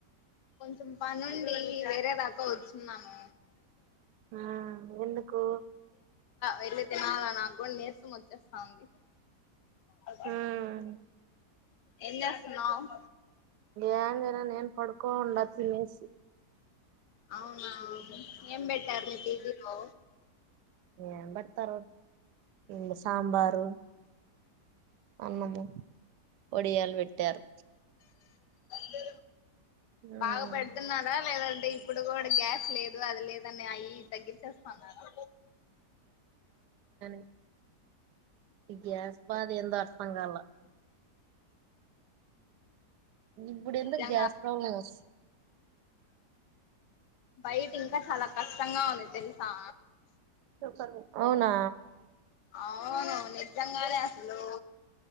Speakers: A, on the left; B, on the right.
A: కొంచం పనిండి వేరే దాకా వచ్చున్నాము.
B: ఆ ఎందుకో
A: వెళ్ళ తినాలా నాకు కూడా నేస్తం వచ్చేస్తాంది అ
B: ఉమ్
A: ఏం చేస్తున్నావ్.
B: ఏందిరా నేను పడుకోం తినేసి
A: అవునా ఏం బెట్టరు మీ పీజీలో
B: ఏ బతరో ఈ సాంబారు అన్నము వొడియాలు పెట్టారు
A: లే
B: ఉమ్
A: బాగా పెడుతున్నారా లేద అంటే ఇప్పుడు కూడా గ్యాస్ లేదు అది లేదని అయ్య తగ్గించేస్తాన్నారు
B: హు. గ్యాస్ బది ఎంతో వర్సంగాలా ఇప్పుడంత
A: నిజంగా
B: గ్యాస్ ప్రబ్లంస్
A: బయట ఇంకా చాలా కష్టంగా ఉంది తెలుసా
B: చెప్ప అవునా
A: అవును నిజంగానే అసలు